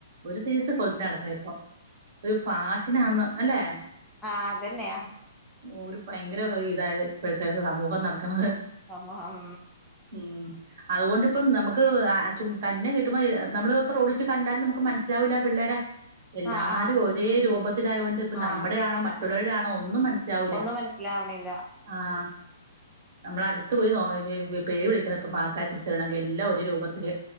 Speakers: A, on the right (about 45°); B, in the centre.
A: ഒരു സെയ്സ്
B: ആഹ്
A: കൊല്ത്തി നടക്കണ ഇപ്പം ഒരു ഫാഷനാന്ന് അല്ലെ
B: ആഹ് അതന്നെ ആഹ്
A: ഒരു പയങ്കര ഇതായത് ഇപ്പോഴത്തെ സമൂഹം നടക്കണത്
B: ആം ഹം
A: ഉം അതുകൊണ്ടിപ്പം നമുക്ക് ആ ചും തന്നെ കിട്ടുമ്പോ നമ്മള് ഇപ്പോ റോഡിൽ വച്ച് കണ്ടാലും നമുക്ക് മനസ്സിലാവൂല്ല പിള്ളേരെ- എല്ലാരും
B: ആഹ് ആഹ്
A: ഒരേ രൂപത്തിലായൊണ്ട് ഇപ്പോ
B: ആഹ്
A: നമ്മുടെ
B: ശരിയന്നെ
A: ആണോ മറ്റുള്ളവരുടെ ആണോ ഒന്നും മനസ്സിലാവൂല്ല.
B: ഒന്നും മനസ്സിലാവണില്ല.
A: ആഹ് നമ്മള് അടുത്ത് പോയി നോ പേര് വിളിക്കണം ഇപ്പോ- ക്ക തിരിച്ചറിയണങ്കിൽ എല്ലാം ഒരു രൂപത്തില്